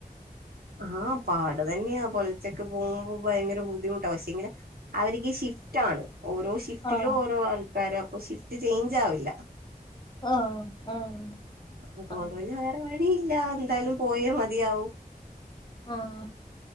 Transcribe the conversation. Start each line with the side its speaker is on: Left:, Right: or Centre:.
Right: ആഹ് പാട തന്നെയാ പോലത്തക്ക് പോകുമ്പോ ഭയങ്കര ബുദ്ധിമട്ടാ പക്ഷെ ഇങ്ങനെ അവർക്ക് ഷിഫ്റ്റ് ആണ് ഓരോ ഷിഫ്റ്റിലും
Left: ആഹ്
Right: ഓരോ ആൾക്കാര് അപ്പൊ ഷിഫ്റ്റ് ചേഞ്ച് ആവില്ല
Left: ആഹ് ആഹ്
Right: അതുകൊണ്ട്
Left: ആഹ്
Right: പിന്നെ വേറെ വഴിയില്ല എന്തായാലും പോയേ മതിയാവും
Left: ആഹ